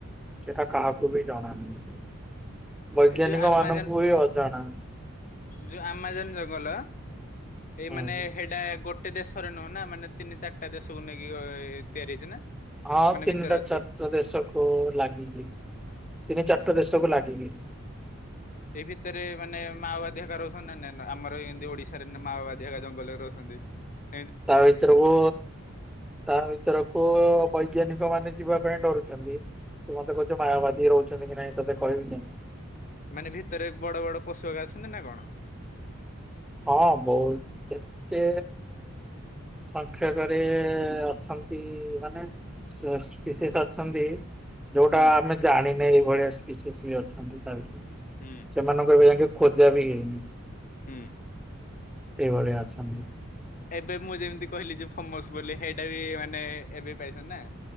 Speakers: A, in the centre; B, on the left.
A: ସେଟା
B: ହୁଁ।
A: କାହାକୁ ବି ଜଣାନହି। ବୈଜ୍ଞାନିକ
B: ଯୋଉ ଆମାଜନ
A: ମାନଙ୍କୁ ବି ଅଜଣା।
B: ଯୋଉ ଆମାଜନ ଜଙ୍ଗଲ ଏଇ
A: ହୁଁ।
B: ମାନେ ହେଟା ଗୋ ଗୋଟେ ଦେଶରେ ନୁହେଁ ନା ମାନେ ତିନି ଚାରିଟା ଦେଶକୁ ନେଇକି ଅ ତିଆରି ହେଇଛି ନା।
A: ହଁ
B: ମାନେ
A: ତିନିଟା
B: ଭିତରେ ଅଛି।
A: ଚାରିଟା ଦେଶକୁ ଲାଗିକି। ଟିକେ ଚାରିଟା ଦେଷ କୁ ଲାଗିିନି।
B: ସେଇ ଭିତରେ ମାନେ ମାଓବାଦୀ ହେରିକା ରହୁଛନ୍ତି ନା ନାଇଁ ଆମର ଏମିତି ଓଡିଶାରେ ମାଓବାଦୀ ହେରିକା ଜଙ୍ଗଲରେ ରହୁଛନ୍ତି। ଦେ
A: ତା ଭିତରକୁ ତା ଭିତରକୁ ପଇ ବୈଜ୍ଞାନିକ ମାନେ ଯିବା ପାଇଁ ଡରୁଛନ୍ତି। ତୁ ମତେ କହୁଛୁ ମାାୟବାଦୀ ରହୁଛନ୍ତି କି ନାଇଁ ତତେ କହିବିନି।
B: ମାନେ ଭିତରେ ବଡ ବଡ ପଶୁ ହେରିକ ଅଛନ୍ତି ନା କଣ?
A: ହଁ ବହୁତ ଏତେ ସଂଖ୍ୟ କରେ ଅଛନ୍ତି ମାନେ ସେ ବିଶେଷ ଅଛନ୍ତି। ଯୋଉଟା
B: ହୁଁ
A: ଆମେ ଜାଣିନେ ଏଇଭଳିଆ ବି ସ୍ପିଚ ଅଛନ୍ତି। ତା ଭିତରେ
B: ହୁଁ
A: ସେମାନଙ୍କୁ ଯାଇକି ଖୋଜା ବି ହେଇନି।
B: ହୁଁ।
A: ସେଇଭଳିଆ ଅଛନ୍ତି।
B: ଏବେ ମୁଁ ଯେମିତି କହିଲି ଯେ ଫମସ ବୋଲି ସେଇଟା ବି ମାନେ ଏବେ ପାଇସନ